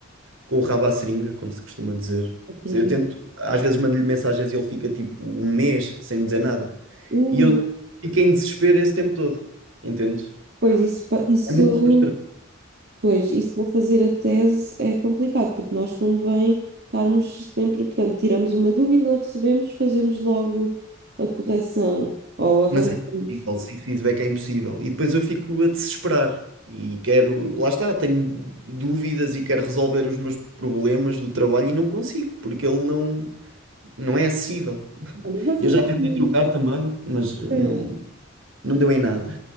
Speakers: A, on the right; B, on the right.
A: com o rabo à seringa, como se costuma dizer.
B: acredito.
A: Eu tento, às vezes mando-lhe mensagens e ele fica tipo um mês sem me dizer nada.
B: Uh,
A: E eu fico em desespero esse tempo todo, entendes?
B: pois isso, pa- isso.
A: É muito frustrante,
B: Pois, isso para fazer a tese é complicado, porque nós convém estarmos sempre, portanto, tiramos uma dúvida, recebemos, fazemos logo a correção ou avançamos.
A: mas é impossível, sem feedback é impossível. E depois eu fico a desesperar e quero, lá está, tenho dúvidas e quero resolver os meus problemas do trabalho e não consigo, porque ele não, não é acessível.
B: Olha, vocês
A: E eu já
B: não
A: tentei
B: têm,
A: trocar também, mas eh,
B: espera,
A: não, não deu em nada.